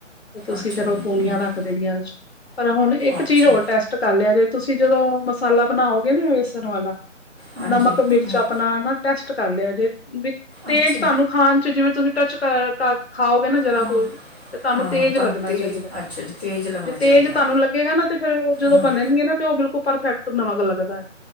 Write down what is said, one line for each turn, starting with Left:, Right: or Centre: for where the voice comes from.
Left: ਤੇ ਤੁਸੀ
Right: ਅੱਛਾ
Left: ਫੇਰ
Right: ਜੀ
Left: ਓ ਪੂਨੀਯਾਂ
Right: ਹੂੰ
Left: ਰੱਖ ਦੇਣੀਆਂ ਔਰ 'ਚ ਪਰ ਹੁਣ ਏੱਕ
Right: ਅੱਛਾ
Left: ਚੀਜ਼ ਹੋਰ ਟੈਸ ਟ ਕਾਨੇ ਆ ਜੇ ਤੁਸੀਂ ਜਦੋਂ ਮਸਾਲਾ ਬਨਾਓਗੇ ਨਾ ਵੇਸਨ ਵਾਲਾ
Right: ਹਾਂਜੀ
Left: ਨਮਕ ਮਿਰਚ
Right: ਹੂੰ
Left: ਆਪਣਾ ਨਾ ਟੈਸਟ ਕਰ ਲਿਆ ਜੇ ਬੀ ਤੇਜ
Right: ਅੱਛਾ
Left: ਖਾਣ 'ਚ ਜਿਵੇਂ ਤੁਸੀ ਟੱਚ ਕ, ਕਰ ਖਾਓਗੇ ਨਾ ਜ਼ਰਾ
Right: ਹਾਂ
Left: ਕ ਤੇ ਤੁਆਨੂੰ
Right: ਹਾਂ
Left: ਤੇਜ
Right: ਤਾਂ
Left: ਲੱਗਣਾ
Right: ਤੇਜ਼
Left: ਚਾਈਦੈ।
Right: ਅੱਛਾ ਜੀ ਤੇਜ਼ ਲੱਗਣਾ
Left: ਜੇ
Right: ਚਾਹੀਦਾ
Left: ਤੇਜ਼
Right: ਹੈ।
Left: ਤਾਨੂੰ ਲੱ ਗੇਗਾ ਨਾ ਤੇ ਫੇਰ ਓ ਜਦੋਂ
Right: ਹਾਂ
Left: ਬਨਣਗੇ ਨਾ ਤੇ ਓ ਬਿਲਕੁਲ ਪਰਫੈਕਟ ਨਮਕ ਲੱਗਦੈ।